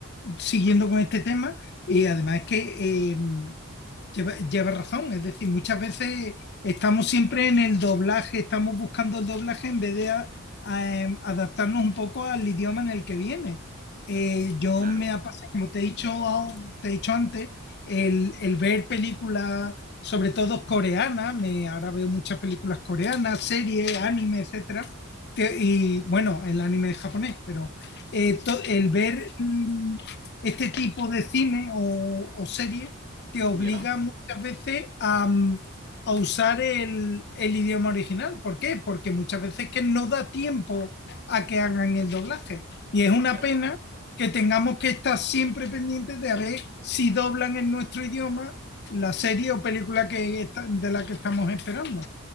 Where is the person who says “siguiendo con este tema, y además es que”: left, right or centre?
Left